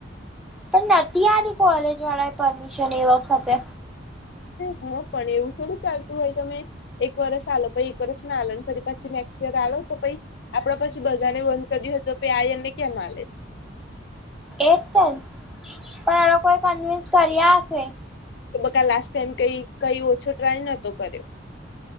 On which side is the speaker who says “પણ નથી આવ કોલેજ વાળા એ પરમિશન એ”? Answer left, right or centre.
Centre